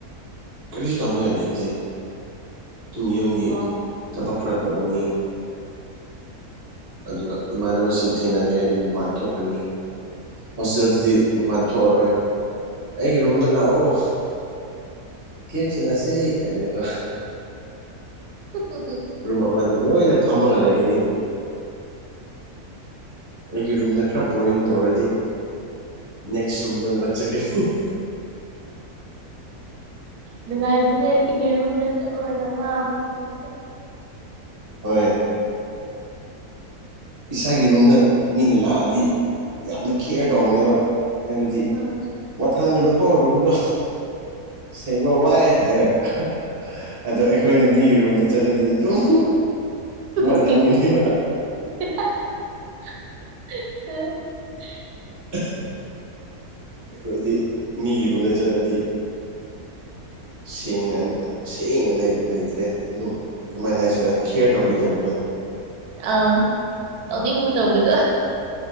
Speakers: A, on the right; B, on the right.
A: ꯀꯔꯤꯁꯨ ꯇꯧꯅꯤꯡꯉꯥꯏ ꯂꯩꯇꯦ ꯑꯗꯨꯨꯝ ꯌꯨꯝꯒꯤ
B: ꯑꯣ
A: ꯊꯕꯛ ꯈꯔ ꯇꯧꯒꯅꯤ ꯑꯗꯨꯒ ꯏꯃꯥꯟꯅꯕꯁꯤꯡ ꯊꯦꯡꯅꯒꯦ ꯍꯥꯏꯗꯤ ꯃꯄꯥꯟ ꯊꯣꯛꯀꯅꯤ ꯍꯣꯁꯇꯦꯜꯗꯨꯗꯤ ꯃꯄꯥꯟ ꯊꯣꯛꯑꯔꯣꯏ ꯑꯩꯒꯤ ꯔꯨꯝꯗ ꯂꯥꯛꯑꯣ ꯀꯦꯝ ꯁꯅꯥꯁꯦ ꯍꯥꯏꯅ ꯀꯣ
B: <unintelligible>
A: ꯔꯨꯝ ꯑꯃꯗ ꯂꯣꯏꯅ ꯐꯝꯃꯒ ꯂꯩꯒꯅꯤ ꯑꯩꯒꯤ ꯔꯨꯝꯗ ꯈꯔ ꯕꯣꯔꯤꯡ ꯇꯧꯔꯗꯤ ꯅꯦꯛꯁ ꯔꯨꯝꯗ ꯑꯃꯨꯛꯀ ꯆꯠꯀꯅꯤ <unintelligible>
B: ꯅꯨꯡꯉꯥꯏꯕꯅꯦ ꯑꯩꯒꯤ ꯔꯨꯝꯗ ꯆꯠꯂꯒ ꯂꯪꯕꯁꯨ ꯈꯤꯇꯪ
A: ꯍꯣꯏ ꯏꯁꯥꯒꯤ ꯔꯨꯝꯗ ꯃꯤꯅ ꯂꯥꯛꯑꯗꯤ ꯌꯥꯝꯅ ꯈꯦꯌꯔ ꯇꯧꯕꯅꯦꯕ ꯍꯥꯏꯕꯗꯤ
B: ꯑꯁ
A: ꯃꯊꯪꯒꯅꯨꯀꯣ ꯔꯨꯝꯗꯣ ꯁꯦꯡꯕ ꯋꯥꯏ ꯍꯥꯏꯔ ꯑꯍꯍ ꯑꯗꯣ ꯑꯩꯈꯣꯏꯅ ꯃꯤꯒꯤ ꯔꯨꯝꯝꯗ ꯆꯠꯂꯗꯤ ꯑꯗꯨꯝ ꯃꯣꯠꯍꯟꯒꯅꯤꯕ
B: ꯎꯝ <unintelligible>
A: <unintelligible> ꯑꯩꯈꯣꯏꯗꯤ ꯃꯤꯒꯤ ꯔꯨꯝꯗ ꯆꯠꯂꯗꯤ ꯁꯦꯡꯅ ꯁꯦꯡꯅ ꯂꯩꯇ꯭ꯔꯦ ꯑꯗꯨꯝ ꯀꯃꯥꯏꯅ ꯍꯥꯏꯁꯤꯔꯥ ꯀꯦꯌꯔ ꯇꯧꯕꯤꯗꯕꯗꯣ
B: ꯑ ꯇꯧꯅꯤꯡꯕ ꯇꯧꯕꯗ